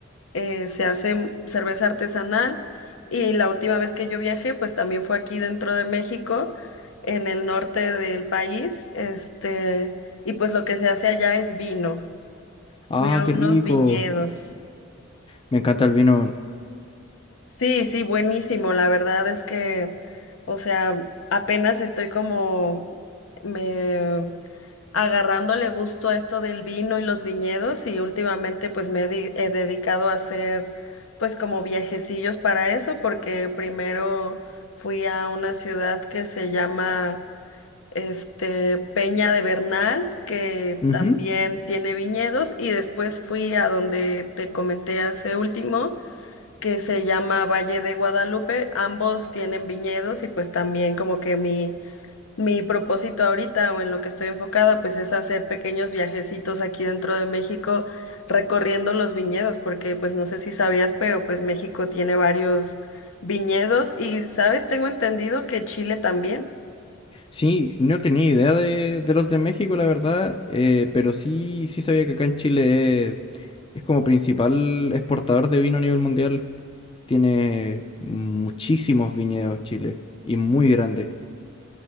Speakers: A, on the left (about 85°); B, on the left (about 25°).
A: eh, se hace cerveza artesanal y la última vez que yo viajé pues también fue aquí dentro de México, en el norte del país, este, y pues lo que se hace allá es vino.
B: Ah,
A: Fui a
B: qué
A: unos
B: rico.
A: viñedos.
B: Me encanta el vino.
A: Sí, sí, buenísimo. La verdad es que, o sea, apenas estoy como me agarrándole gusto a esto del vino y los viñedos y últimamente pues me he, di- he dedicado a hacer pues como viajecillos para eso porque primero fui a una ciudad que se llama este Peña de Bernal que
B: Ujú.
A: también tiene viñedos y después fui a donde te comenté hace último que se llama Valle de Guadalupe, ambos tienen viñedos y pues también como que mi mi propósito ahorita o en lo que estoy enfocada, pues es hacer pequeños viajecitos aquí dentro de México, recorriendo los viñedos, porque pues no sé si sabías, pero pues México tiene varios viñedos y, ¿sabes? Tengo entendido que Chile también.
B: Sí, no tenía idea de, de los de México, la verdad, eh, pero sí, sí sabía que acá en Chile es, es como principal exportador de vino a nivel mundial. Tiene muchísimos viñedos Chile y muy grandes.